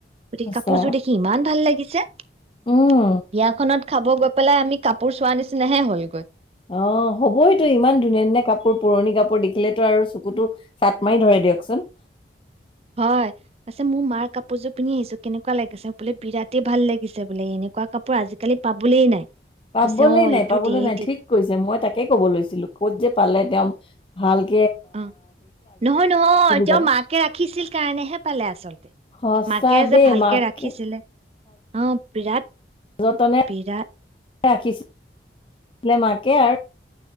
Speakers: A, on the right; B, on the left.
A: গতিকে
B: সঁচা।
A: কাপোৰযোৰ দেখি ইমান ভাল লাগিছে। চে
B: উম,
A: বিয়াখনত খাব গৈ পেলাই আমি কাপোৰ চোৱাৰ নিচিনাহে হ'লগৈ।
B: অ হ'ব এই তটো ইমান ধুনীয়া ধুনীয়া কাপোৰ পুৰণি কাপোৰ দেখিলে তো আৰু কুতো চাট মাৰি ধৰে দিয়কচোন
A: হয় পছে মোৰ মাৰ কাপোৰযোৰ পিন্ধি আহিছো কেনেকুৱা লাগিছে বোলে বিৰাট ভাল লাগিছে বোলে এনেকুৱা কাপোৰ আজিকালি পাবলে নাই।
B: পাবলে
A: কৈছে অ
B: নাই
A: এইটো
B: পাবলৈ
A: দে
B: নাই ঠিক কৈছে মই তাকে কব লৈছিলো ক'ত যে পালে তেওঁ। ভালক
A: অ নহয় নহয় তেওঁ
B: যাব।
A: মাকে ৰাখিছিল কাৰণেহে পালে আচলতে
B: সঁচা
A: মাকে
B: দেই,
A: যে ভালকে
B: মাকে
A: ৰাখিছিলে অ বিৰাট
B: হযতনে
A: বিৰাট
B: ৰাখিছিলে মাকে আৰু